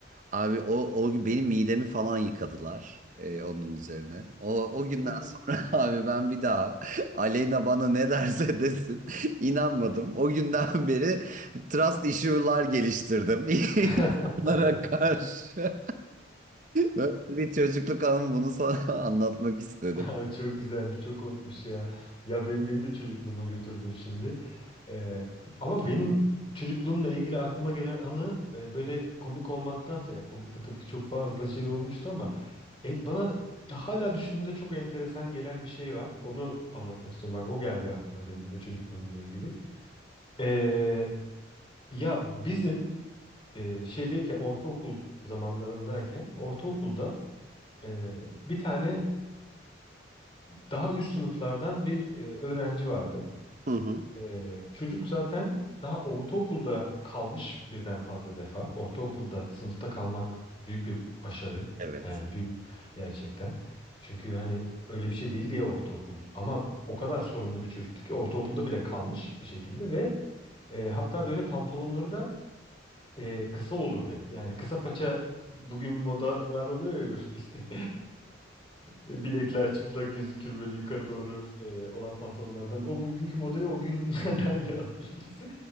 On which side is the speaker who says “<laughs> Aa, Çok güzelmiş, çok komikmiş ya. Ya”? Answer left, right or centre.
Left